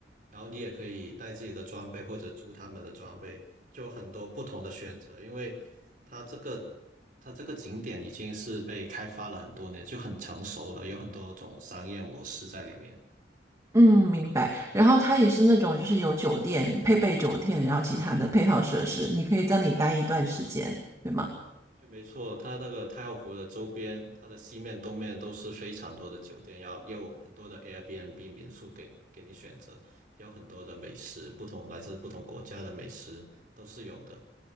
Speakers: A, on the right; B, on the right.
A: 然后你也可以带自己的装备或者租他们的装备，就很多不同的选择。因为它这个它这个景点已经是被开发了很多年，就很成熟了，有很多种商业模式在里面。
B: 嗯，明白。然后它也是那种，就是有酒店配备酒店，然后其他的配套设施，你可以在里待一段时间，对吗？
A: 对，没错，它那个太浩湖的周边，它的西面、东面都是非常多的酒店，然后也有很多的 Airbnb 民宿给给你选择，也有很多的美食，不同来自不同国家的美食都是有的。